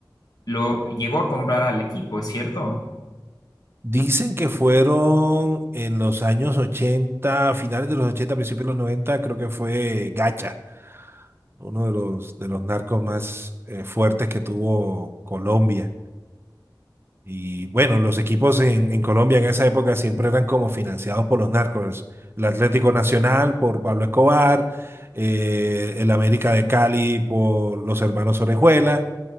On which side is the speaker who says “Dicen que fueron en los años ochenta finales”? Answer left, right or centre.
Right